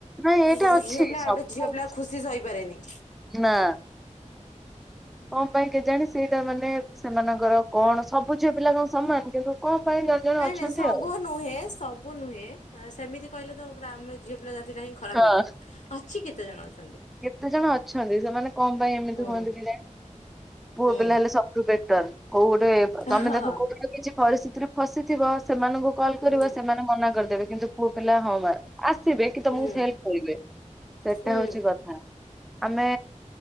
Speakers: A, in the centre; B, on the left.
A: ନାଇଁ ଏଇଟା
B: ଗୋଟେ
A: ଅଛି
B: ଝିଅ ପିଲା
A: ସବୁ
B: ଆଉ ଗୋଟେ ଝିଅ ପିଲା ଖୁସି ସହିପାରେନି।
A: ନା <inaudible> କଣ ପାଇଁ କେଜାଣି ସେଇଟା ମାନେ ସେମାନଙ୍କର କଣ, ସବୁ ଝିଅ ପିଲା କଣ ସମାନ କିନ୍ତୁ କଣ ପାଇଁ ଜଣେ ଜଣେ
B: ନାଇଁ
A: ଅଛନ୍ତି
B: ନାଇଁ ସବୁ
A: ଆଉ।
B: ନୁହେଁ ସବୁ ନୁହେଁ। ସେମିତି କହିଲେ ତ ପୁରା ଆମେ ଝିଅ ପିଲା ଜା ତିଟା ହିଁ ଖରାପ
A: ହଁ।
B: ହେଇଯିବ। ଅଛି କେତେ ଜଣ ଅଛି
A: କେତେ ଜଣ ଅଛନ୍ତି, ସେମାନେ କଣ ପାଇଁ ଏମିତି
B: ହୁଁ
A: ହୁଅନ୍ତି କେଜାଣି। ପୁଅ
B: ହୁଁ
A: ପିଲା ହେଲେ ସବୁଠୁ ବେଟର। କୋଉ ଗୋଟେ
B: ହଁ।
A: ତମେ ଦେଖ କୋଉ ଗୋଟେ କିଛି ପରିସ୍ଥିତିରେ ଫସିଥିବ ସେମାନଙ୍କୁ କଲ୍
B: ହୁଁ
A: କରିବ ସେମାନେ ମନା କରିଦେବେ, କିନ୍ତୁ ପୁଅ ପିଲା ହଁ ମାରି ଆସିବେ କି ତମକୁ
B: ହୁଁ
A: ହେଲ୍ପ କରିବେ। ସେଇଟା
B: ହୁଁ
A: ହଉଛି କଥା। ଆମେ